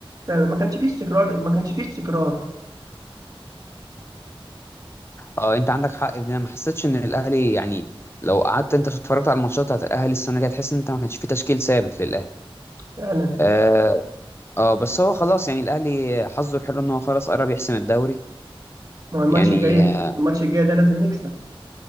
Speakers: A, on the right; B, on the left.
A: فعلا ما كانش فيه استقرار ما كانش فيه استقرار
B: اه انت عندك حق في دي انا ما حسيتش ان الاهلي يعني لو قعدت انت اتفرجت على الماتشات بتاعت الاهلي السنه دي هتحس ان انت ما كانش فيه تشكيل ثابت للاهلي
A: فعلا
B: اه, آه بس هو خلاص يعني الاهلي حظه الحلو ان هو خلاص قرب يحسم الدوري
A: ما هو الماتش
B: يعني
A: الجاي
B: اه
A: الماتش الجاي ده لازم يكسب